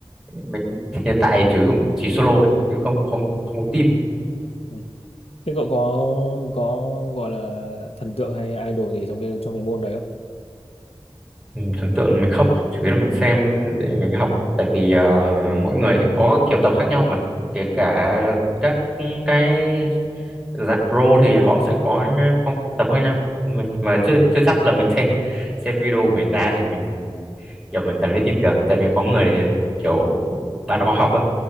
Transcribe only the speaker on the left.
ừ. thế cậu có có gọi là thần tượng hay idol gì trong cái trong cái môn đấy không
Ờ.
ừ.